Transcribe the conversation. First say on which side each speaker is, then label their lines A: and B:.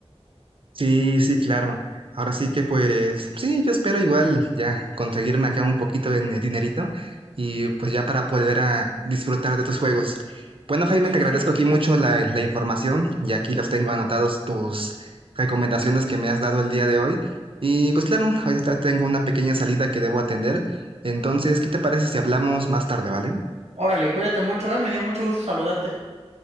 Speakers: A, on the right (about 55°); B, on the right (about 90°).
A: Sí, sí, claro. Ahora sí que pues, sí, yo espero igual ya conseguirme acá un poquito en el dinerito y pues ya para poder a disfrutar de tus juegos. Bueno, Jaime,
B: Sí,
A: te agradezco
B: sí.
A: aquí mucho la, la información y aquí los tengo anotados tus recomendaciones que me has dado el día de hoy. Y pues claro, ahorita tengo una pequeña salida que debo atender. Entonces, ¿qué te parece si hablamos más tarde, ¿vale?
B: Órale, cuídate mucho, eh, me dio mucho gusto saludarte.